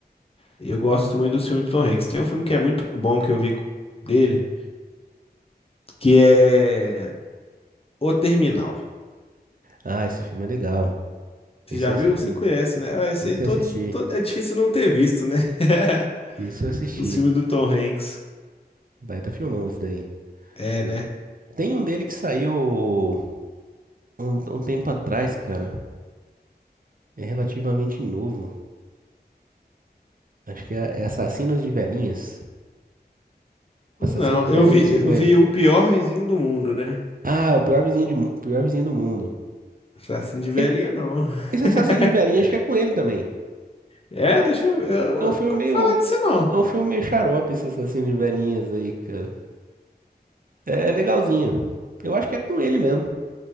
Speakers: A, on the left; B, on the right.
A: Eu gosto muito do filme do Tom Hanks. Tem um filme que é muito bom que eu vi dele, que é O Terminal.
B: Ah, esse filme é legal.
A: Você
B: Esse
A: já
B: eu
A: viu?
B: assisti.
A: Você conhece, né? Ah, Esse
B: Esse
A: aí todos,
B: eu assisti.
A: todo- é difícil não ter visto, né? <laughs>
B: Esse eu assisti.
A: O filme do Tom Hanks.
B: Baita filmão esse daí.
A: É,
B: O-
A: né?
B: Tem um dele que saiu um, um tempo atrás, cara. É relativamente novo. Acho que é é Assassinos de Velhinhas. Assassinos
A: Não,
B: de
A: eu
B: Velhinhas,
A: vi,
B: acho que
A: eu
B: é com ele.
A: vi o pior vizinho do mundo, né?
B: Ah, é o pior vizinho, de, mu- o pior vizinho do mundo.
A: assim de velhinha,
B: Esse,
A: não.
B: esse Assassino
A: <laughs>
B: de Velhinhas, acho que é com ele também.
A: É, deixa eu. ver. Eu
B: É um filme
A: nunca
B: meio.
A: vou falar disso, não.
B: É um filme meio xarope esse Assassino de Velhinhas aí, cara. É legalzinho. Eu acho que é com ele mesmo.